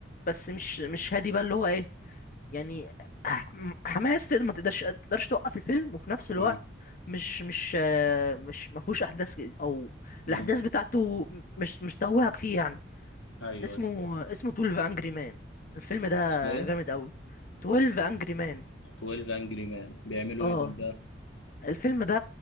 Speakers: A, on the left; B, on the left.
A: بس مش مش هادي بقى اللي هو ايه يعني ح- حماس تقدر- ما تقدرش تقدرش توقف الفيلم وفي نفس الوقت
B: مم.
A: مش مش آه، مش ما فيهوش احداث ك- او
B: مم.
A: الاحداث بتاعته مش مش توهك فيه يعني
B: ايوه
A: اسمه
B: أيوة.
A: اسمه 12 Angry Men الفيلم ده
B: اسمه ايه
A: جامد قوي 12 Angry Men
B: 12 انجري مان بيعملوا
A: اه
B: ايه دول ده
A: الفيلم ده